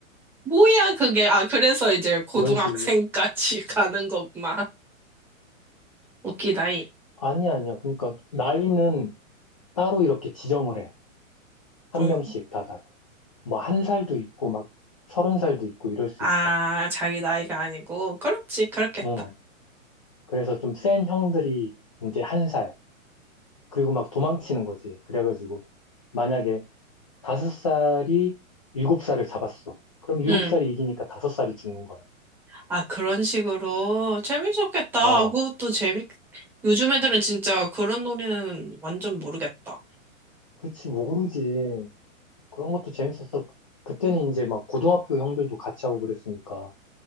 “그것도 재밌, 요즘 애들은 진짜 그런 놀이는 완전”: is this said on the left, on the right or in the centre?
Centre